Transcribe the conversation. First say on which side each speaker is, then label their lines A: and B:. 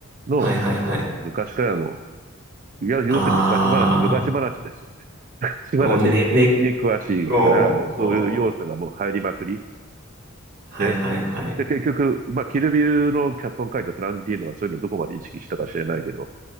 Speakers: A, on the right; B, on the right.
A: の
B: はいはいはい。
A: 昔からの、いや、要するに昔話、
B: あ
A: 昔話ですよ。し話に詳しいから、
B: あ、もうね、ね、もう、
A: そういう要素がもう入りまくり
B: もうはいはいはい。
A: で、で、結局、まあ、キルビルの脚本書いたタランティーノはそういうのどこまで意識したか知れないけど、